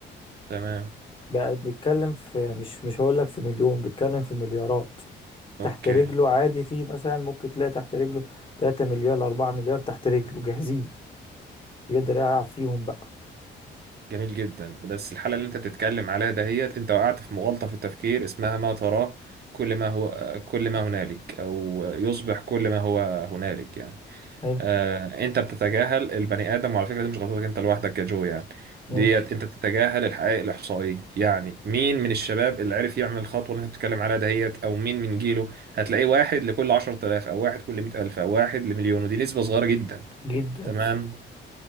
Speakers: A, on the right; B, on the left.
A: تمام
B: بقى بيتكلم في مش مش هقولك في مليون بيتكلم في مليارات
A: اوكي
B: تحت رجله عادي في مثلا ممكن تلاقي تحت رجله 3 مليار 4 مليار تحت رجله جاهزين يقدر يلعب فيهم بقى
A: جميل جدا بس الحالة اللي انت بتتكلم عليها دهيت انت وقعت في مغالطة في التفكير اسمها ما تراه كل ما هو كل ما هنالك او يصبح كل ما هو هنالك يعني
B: حلو
A: آه انت بتتجاهل البني ادم وعلى فكرة دي مش غلطتك انت لوحدك يا جو يعني
B: ماشي
A: ديت انت بتتجاهل الحقائق الاحصائية يعني مين من الشباب اللي عرف يعمل الخطوة اللي انت بتتكلم عليها دهيت او مين من جيله هتلاقيه واحد لكل 10000 او واحد كل 100000 او واحد لمليون ودي نسبة صغيرة جدا
B: جدا
A: تمام